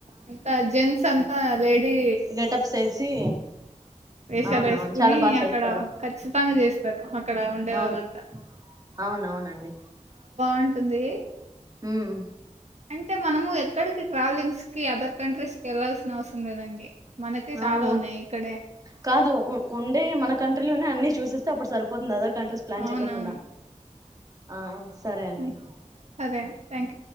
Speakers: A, on the right (about 60°); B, on the right (about 30°).
A: అంతా జెంట్స్ అంతా లేడీ
B: గేటప్స్ ఏసి
A: వేషాల్
B: అవునవును
A: వేస్కుని
B: చాలా బాగా చేస్తారు
A: అక్కడ ఖచ్చితంగా చేస్తార్ అక్కడ ఉండే
B: అవును
A: వాళ్ళంతా
B: అవునవునండి
A: అంటుంది
B: ఉమ్
A: అంటే మనము ఎక్కడికి ట్రావెలింగ్స్ కి అదర్ కంట్రీస్ ఏళ్ళాల్సిన అవసరం లేదండి మనకే
B: అవును
A: చాలా ఉన్నాయి ఇక్కడే
B: కాదు ఉ ఉండే మన కంట్రీలోనే అన్ని చూసేస్ స్తె అప్పుడ్ సరిపోతుంది అదర్ కంట్రీస్ ప్లాన్
A: అవునవును.
B: చేకొకుండా ఆ సరే అండి
A: హ్మ్. సరే
B: ఒకె
A: థ్యాంక్ యూ.